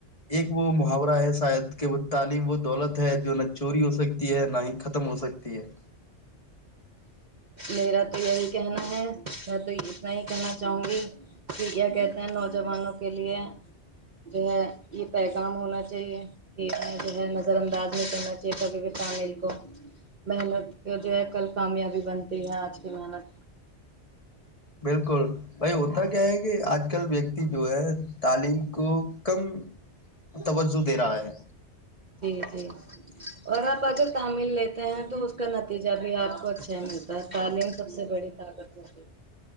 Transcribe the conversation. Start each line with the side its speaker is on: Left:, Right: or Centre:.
Left: ایک وہ محاورہ ہے شاید کے و تعلیم وہ دولت ہے جو نہ چوری ہو سکتی ہے نہ ہی ختم ہو سکتی ہے
Right: میرا تو یہی کہنا ہے میں تو اتنا ہی کہنا چاہوں گی کہ کیا کہتے ہیں نوجوانوں کے لیے جو ہے یہ پیغام ہونا چاہیے کہ جو ہے نظر انداز نہیں کرنا چاہیے سبھی کے تعمیر کو محنت جو ہے کل کامیابی بنتی ہے آج کی محنت
Left: بالکل بھائی ہوتا کیا ہے کہ آج کل ویکتی جو ہے تعلیم کو کم توجہ دے رہا ہے
Right: جی جی اور آپ اگر تامل لیتے تو اس کا نتیجہ بھی آپ کو اچھا ہے ملتا ہے تعلیم سب سے بڑی طاقت ہوتی ہے